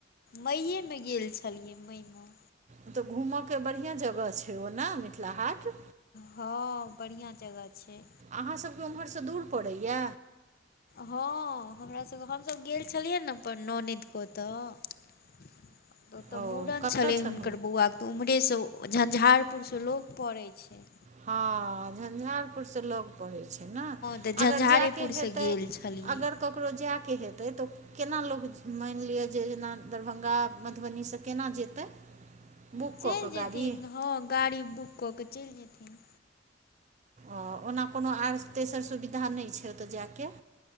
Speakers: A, on the left; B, on the right.
A: मईये मे गेल छलियै मई म।
B: ओ तऽ घूमऽ के बढ़िआँ जगह छैय ओ ने मिथिला हाट।
A: हँ बढ़िआँ जगह छैय।
B: अहाँ सभके ओम्हर सँ दूर पड़ैये।
A: हँ हमरा सभके हमसभ गेल छलियै ने अपन ननैद के ओतऽ। <unintelligible> ओतऽ
B: ओ
A: मूड़न
B: कतय
A: छलै
B: छनि
A: हुनकर बौआके तऽ ओम्हरे सँ झंझारपुर सँ लग पड़य छैय।
B: हँ झंझारपुर से लग पड़य छैय। हँ
A: तऽ झंझारेपुरसँ
B: अगर जायके हेतै
A: गेल छलियै
B: अगर ककरो जायके हेतै त केना लोक मानि लिय जे जेना दरभंगा मधुबनी सँ केना जेतै। बुक
A: चलि
B: कऽ कऽ
A: जेतिन
B: गाड़ी
A: हँ गाड़ी बुक कऽ के चलि जेतिन।
B: ओ ओना कोनो आओर तेसर सुविधा नै छै ओतऽ जेके।